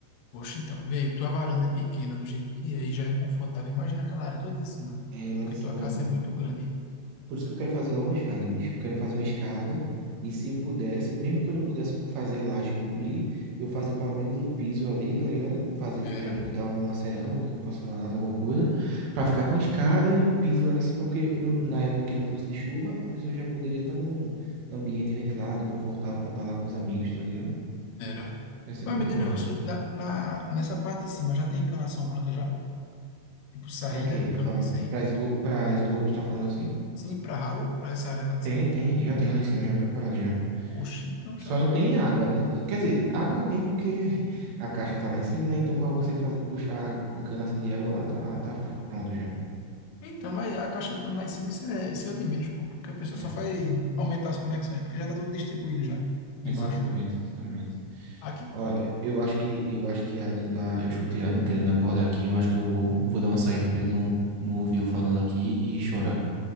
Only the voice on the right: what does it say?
É, lá
em cima.
Por isso que eu quero fazer logo uma escada, bicho. Eu quero fazer uma escada. E se eu pudesse, mesmo que eu não pudesse fazer a laje cobrir, eu fazer pelo menos o piso ali, tá ligado? Fazer,
é, botar uma cerâmica, um porcelanato, alguma coisa, pra ficar com a escada e o piso lá em cima, porque no- na época que não fosse de chuva, a pessoa já poderia estar num ambiente ventilado, confortável pra estar lá com os amigos, tá ligado?
Ia ser
muito
massa.
Pra quê?
Tá
falando
pra esgo- pra esgoto, tá falando assim?
Tem,
tem, já tem lá em cima, já preparado já.
Só
não tem água, né? Quer dizer, água tem porque a caixa tá lá em cima, né? Então, para você fazer, puxar a água- encanação de água lá, tá, tá fr- pronto já.
É,
exatamente,
exatamente.
Ó, eu acho que eu acho que Adam tá, eu escutei Adam querendo acordar aqui, eu acho que eu vou, vou dar uma saída para ele não, não ouvir eu falando aqui e chorar.